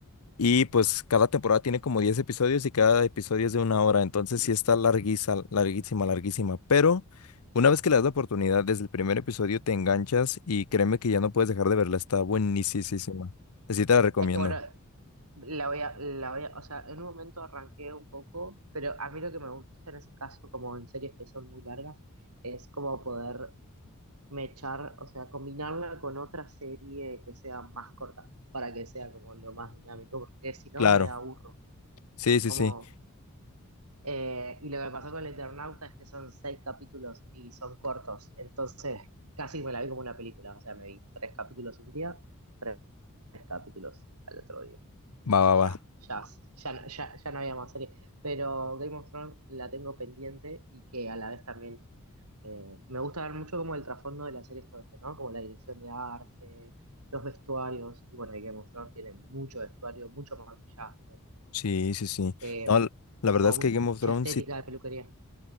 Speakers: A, on the left; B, on the right.
A: Y pues cada temporada tiene como 10 episodios y cada episodio es de una hora, entonces sí está larguísima, larguísima, larguísima. Pero una vez que le das la oportunidad, desde el primer episodio te enganchas y créeme que ya no puedes dejar de verla, está buenísima. Así te la recomiendo.
B: Es que bueno, la voy a, la voy a, o sea, en un momento arranqué un poco, pero a mí lo que me gusta en ese caso, como en series que son muy largas, es como poder mechar, o sea, combinarla con otra serie que sea más corta, para que sea como lo más dinámico, porque si no
A: Claro,
B: me aburro.
A: sí, sí,
B: como.
A: sí.
B: Eh, y lo que pasó con el Eternauta es que son seis capítulos y son cortos. Entonces, casi me la vi como una película. O sea, me vi tres capítulos un día, tres capítulos al otro día.
A: Va,
B: Y
A: va,
B: ya,
A: va.
B: ya, ya, ya, ya no había más serie. Pero Game of Thrones la tengo pendiente y que a la vez también eh, me gusta ver mucho como el trasfondo de la serie todo esto, ¿no? Como la dirección de arte, los vestuarios. Y bueno, y Game of Thrones tiene mucho vestuario, mucho maquillaje,
A: Sí, sí, sí.
B: eh,
A: No, la la verdad
B: con
A: es que Game of
B: mucha
A: Thrones
B: estética
A: sí
B: de peluquería.